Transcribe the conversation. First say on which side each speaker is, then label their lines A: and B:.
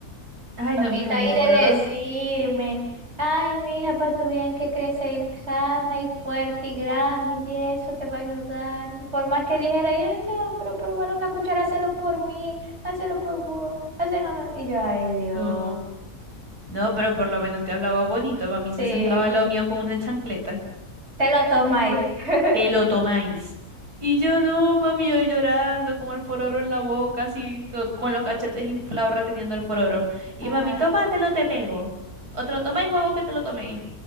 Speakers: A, on the right (about 90°); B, on the right (about 45°).
A: Ay,
B: Formita
A: no, mija, a
B: ahí
A: mí el fororo...
B: de decirme, ay, mija, para tu bien que crece y sana y fuerte y grande y eso te va a ayudar. Y Por más que dijera, yo no, pero probar una cuchara, hazlo por mí, hazlo por vos, hazlo, no. no". Y yo, ay, Dios,
A: No, no, pero por lo menos te hablaba bonito. A mí se
B: sí,
A: sentaba al lado mío con una chancleta.
B: te lo toma ahí. <laughs>
A: te lo tomáis. Y yo no, mami, yo llorando con el fororo en la boca, así co- con los cachetes inflados reteniendo el fororo. Y
B: Ajá,
A: mami, tómatelo, te pego. O te lo tomáis o que te lo toméis.